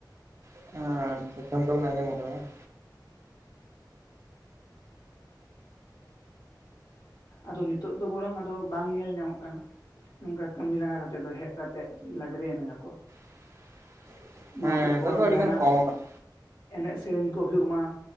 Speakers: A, on the right (about 40°); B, on the left (about 65°).
A: <inaudible> ᱵᱤᱱ ᱟᱸᱡᱚᱢ ᱟᱠᱟᱫᱟ ᱵᱟᱝ,
B: ᱟᱫᱚ ᱱᱤᱛᱚᱜ ᱫᱚ ᱵᱚᱨᱚᱝ ᱟᱫᱚ ᱵᱟᱝ ᱧᱮᱞ ᱧᱟᱢᱚᱜ ᱠᱟᱱᱟ᱾ ᱱᱚᱝᱠᱟ ᱠᱟᱴᱤ ᱞᱟᱸᱜᱟ ᱠᱟᱛᱮᱜ ᱫᱚ ᱦᱮᱡ ᱠᱟᱛᱮᱜ ᱡᱮ ᱞᱟᱜᱽᱲᱮ ᱮᱱᱮᱡᱧ ᱟᱠᱚ ᱾
A: <unintelligible>
B: ᱱᱚᱣᱟ
A: ᱦᱮᱸ
B: ᱠᱚᱫᱚ
A: ᱱᱤᱛᱚᱜ
B: ᱵᱚᱨᱚᱝ
A: ᱫᱚ ᱟᱹᱰᱤ
B: ᱡᱟᱦᱟᱸ
A: ᱜᱟᱱ
B: ᱱᱟᱜ
A: ᱠᱚᱢ ᱟᱠᱟᱱᱟ
B: ᱮᱱᱮᱡ ᱥᱮᱨᱮᱧ ᱠᱚ ᱦᱩᱭᱩᱜ ᱢᱟ,